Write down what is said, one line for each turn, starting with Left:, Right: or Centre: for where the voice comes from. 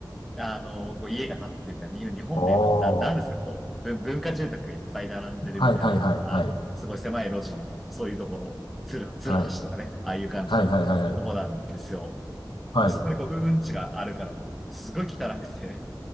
Centre: あの、こう家が建ってるみたいな、日本日本で言うとな、
Left: お
Centre: なんですか、
Left: ー、
Centre: こう、ぶ文化住宅がいっぱい並んでるみたいな、
Left: はいはいはいはい。
Centre: あの、すごい狭い路地の、そういうところ、つる、つる橋とかね、
Left: はい。
Centre: ああいう感じのとこなんですよ。
Left: はいはいはいはい。はい。
Centre: そこにこう、うんちがあるからもう、すごい汚くて、